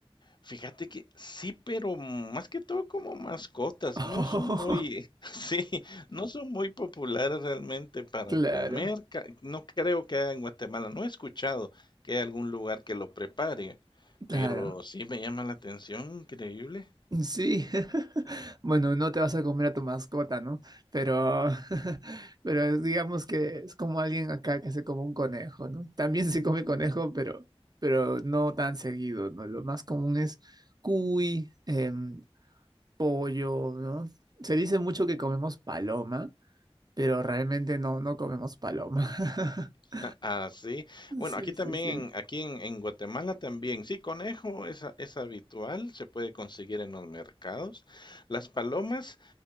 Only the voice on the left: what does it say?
Fíjate que sí, pero más que todo como mascotas,
no son muy, <laughs> sí, no son muy populares realmente para
comer. ca- No creo que haya en Guatemala, no he escuchado que haya algún lugar que lo prepare,
pero sí me llama la atención, increíble.
<laughs> Ah, sí. Bueno,
aquí
también,
aquí en, en Guatemala también, sí, conejo es, a- es habitual, se puede conseguir en los mercados. Las palomas.